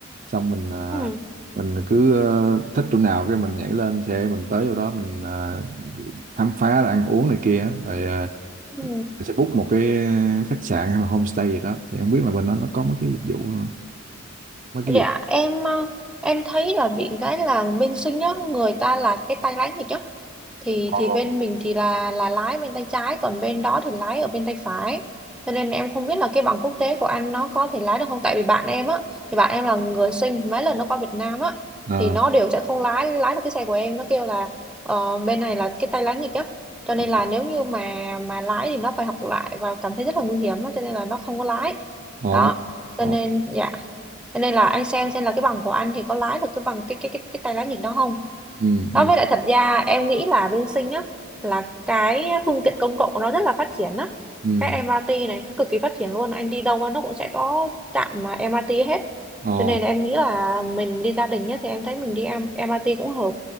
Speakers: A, on the right; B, in the centre.
A: xong mình à,
B: Ừ.
A: mình cứ ờ, thích chỗ nào cái mình nhảy lên xe mình tới chỗ đó mình à, khám phá rồi ăn uống này kia á. rồi à,
B: Ừ.
A: mình sẽ book một cái khách sạn hay là homestay gì đó thì không biết là bên đó nó có mấy cái dịch vụ mấy cái
B: Dạ
A: dịch vụ
B: em ờ, em thấy là bị cái là bên sinh nhá người ta là cái tay lái nghịch á thì
A: ồ
B: thì bên mình thì là là lái bên tay trái còn bên đó thì lái ở bên tay phải cho nên em không biết là cái bằng quốc tế của anh nó có thể lái được không tại vì bạn em á thì bạn em là người sinh mấy lần nó qua Việt Nam á
A: ờ
B: thì nó đều sẽ không lái lái được cái xe của em nó kêu là ờ, bên này là cái tay lái nghịch á cho nên
A: ồ
B: là nếu như mà mà lái thì nó phải học lại và cảm thấy rất là nguy hiểm á cho nên là nó không có lái đó
A: ồ
B: cho
A: ồ
B: nên dạ cho nên là anh xem xem là cái bằng của anh thì có lái được cái bằng cái cái cái cái tay lái nghịch đó không?
A: ừ
B: Đó,
A: ừ
B: với lại thật ra em nghĩ là bên Sinh á là cái phương tiện công cộng của nó rất là phát triển á.
A: ừ
B: Cái MRT này nó cực kỳ phát triển luôn, anh đi đâu nó cũng sẽ có trạm mà em MRT hết.
A: ồ
B: Cho nên là em nghĩ là mình đi gia đình nhất thì em thấy mình đi em- MRT cũng hợp.